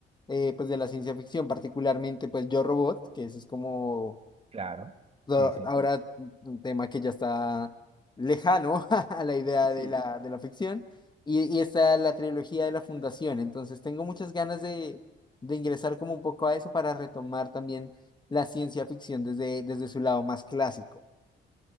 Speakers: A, on the left; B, on the right.
A: eh, pues de la ciencia ficción, particularmente pues Yo Robot, que eso es como
B: claro,
A: So,
B: sí, sí.
A: Ahora, un tema que ya está lejano <laughs> a la idea
B: Sí.
A: de la, de la ficción, y, y está la trilogía de la Fundación. Entonces, tengo muchas ganas de, de ingresar como un poco a eso para retomar también la ciencia ficción desde, desde su lado más clásico.